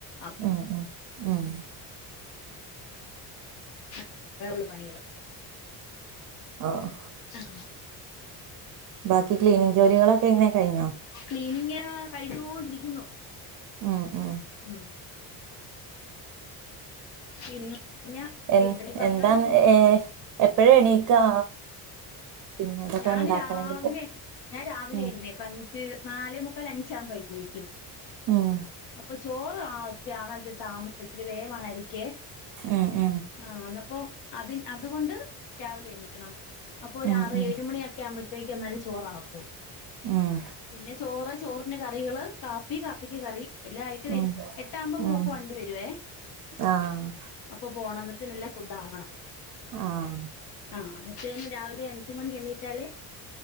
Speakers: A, on the left; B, on the right.
A: ആക്കും
B: ഉം ഉം ഉം
A: അതാ അത്രേ ഒള്ളൂ പണികള്
B: ഓഹ്
A: ആ
B: ബാക്കി ക്ലീനിംങ്ങ് ജോലികളൊക്കെ എങ്ങനേ കഴിഞ്ഞോ
A: ക്ലീനിംങ്ങ് കഴിഞ്ഞോണ്ടിരിയ്ക്കുന്നു
B: ഉം ഉം
A: ഉം ക്ലീനിങ് കഴിഞ്ഞ
B: എ
A: തീരുപ്പനി പറഞ്ഞ
B: എന്താന്ന്
A: പോലെ തൂ
B: ഏ എപ്പഴാ എണീക്കാ പിന്നെ ഇതൊക്കെ
A: ഞാന്
B: ഇണ്ടാക്കണെങ്കില്
A: രാവിലെ ഞാൻ രാവിലെ
B: ഉം
A: എഴുന്നേക്കും അഞ്ച് നാലേമുക്കാല് അഞ്ചാകുമ്പൊ എഴുന്നേക്കും
B: ഉം
A: അപ്പൊ ചോറ് ആവാ ഇച്ചിരി ആവാൻ ഇച്ചരി താമസിച്ചു ഇച്ചിരി വേവാണ് അരിക്കെ
B: ഉം ഉം
A: ആഹ് അന്നപ്പം അതിൻ അതുകൊണ്ട് രാവിലെ എണ്ണീക്കണം അപ്പൊ ഒരു
B: ഉം
A: ആറ്
B: ഉം
A: ഏഴ് മണിയൊക്കെ ആവുമ്പയത്തേക്ക് എന്നാലും ചോറാക്കും
B: ഉം
A: പിന്നെ ചോറ് ചോറിന് കറി കറികള് കാപ്പി കാപ്പിക്ക് കറി എല്ലാം ആയിട്ട് വരും
B: ഉം
A: എട്ട് ആകുമ്പം
B: ഉം
A: മോക്ക് വണ്ടി വരുവേ
B: ആഹ്
A: അപ്പൊ പോണം അന്നരത്തിന് എല്ലാം ഫുഡാകണം
B: ആഹ്
A: ആഹ് അന്നരത്തേന് രാവിലെ അഞ്ച് മണിക്ക് എണീറ്റാലേ